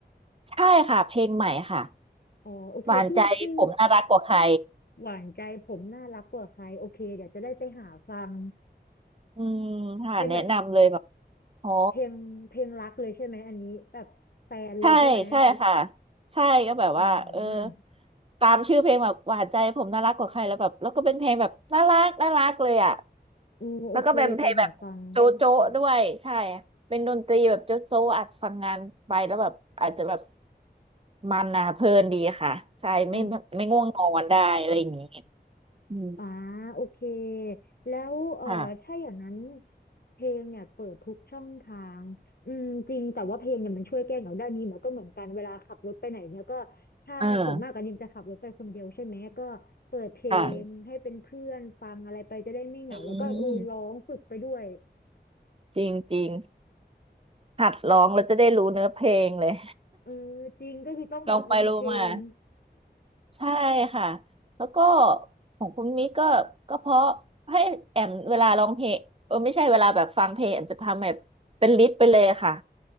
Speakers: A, on the right; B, on the left.
A: ใช่ค่ะเพลงใหม่ค่ะ
B: อ๋อโอเคชื่อชื่อ
A: หวานใจผมน่ารักกว่าใคร
B: หวานใจผมน่ารักกว่าใครโอเคเดี๋ยวจะได้ไปหาฟัง
A: อืมค่ะแนะนำเลยแบบ
B: เป็นแบบ
A: อ๋อ
B: เพลงเพลงรักเลยใช่ไหมอันนี้แบบแฟนเลยใช่ไหม
A: ใช่ใช่ค่ะใช่ก็แบบว่าเออ
B: อ่า
A: ตามชื่อเพลงแบบหวานใจผมน่ารักกว่าใครแล้วแบบแล้วก็เป็นเพลงแบบน่ารักน่ารักเลยอ่ะ
B: อือโอเคไปหาฟัง
A: แล้วก็เป็นเพลงแบบโจ๊ะโจ๊ะด้วยใช่เป็นดนตรีแบบโจ๊ะโจ๊ะอัดฟังงานไปแล้วแบบอาจจะแบบมันนะเพลินดีค่ะใช่ไม่ไม่ง่วงนอนได้อะไรอย่างนี้
B: อ๋อ
A: อืม
B: อ่าโอเคแล้วเอ่อถ้าอย่างนั้น
A: ค่ะ
B: เพลงเนี่ยเปิดทุกช่องทางอืมจริงแต่ว่าเพลงเนี่ยมันช่วยแก้เหงาได้นี่มันก็เหมือนกันเวลาขับรถไปไหนเนี่ยก็ถ้าส่วนมากอันนี้จะขับรถไปคนเดียวใช่ไหมก็เปิดเพลงให้เป็นเพื่อนฟังอะไรไปจะได้ไม่เหงาแล้วก็เออร้องฝึกไปด้วย
A: เออค่ะอืมจริงจริงหัดร้องแล้วจะได้รู้เนื้อเพลงเลย
B: เออจริงก็คือต้องแบบอินเทรน
A: <laughs> ลองไปรู้มาใช่ค่ะแล้วก็ของคุณมิกก็ก็เพราะให้แอมเวลาร้องเพลงเออไม่ใช่เวลาแบบฟังเพลงแอมจะทำแบบเป็นลิสต์ไปเลยค่ะ